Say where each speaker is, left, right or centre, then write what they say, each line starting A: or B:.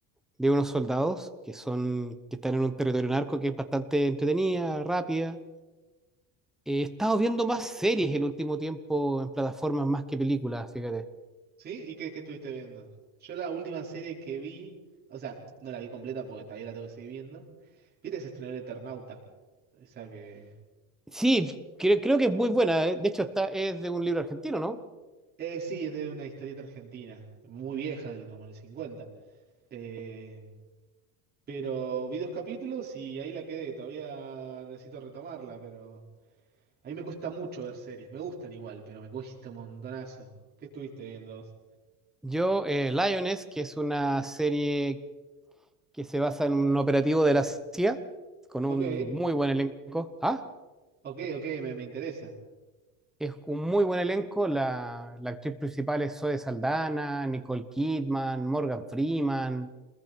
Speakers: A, in the centre; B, on the right.
A: de unos soldados que son, que están en un territorio narco que es bastante entretenida, rápida. Eh, He estado viendo más series el último tiempo en plataformas más que películas, fíjate.
B: sí, ¿y qué, qué estuviste viendo? Yo la última serie que vi, o sea, no la vi completa porque todavía la tengo que seguir viendo. ¿Viste? Se estrenó el Eternauta. Esa que...
A: Sí, creo, creo que es muy buena. eh. De hecho, está, es de un libro argentino, ¿no?
B: Eh, sí, es de una historieta argentina, muy vieja, del como el cincuenta Eh, pero vi dos capítulos y ahí la quedé. Todavía necesito retomarla, pero a mí me cuesta mucho ver series. Me gustan igual, pero me cuesta un montonazo. ¿Qué estuviste viendo vos?
A: Yo, eh, Lioness, que es una serie que se basa en un operativo de la CIA, con un
B: Ok,
A: muy buen elenco. Ah,
B: ok, ok, me, me interesa.
A: es un muy buen elenco. La, la actriz principal es Zoe Saldana, Nicole Kidman, Morgan Freeman.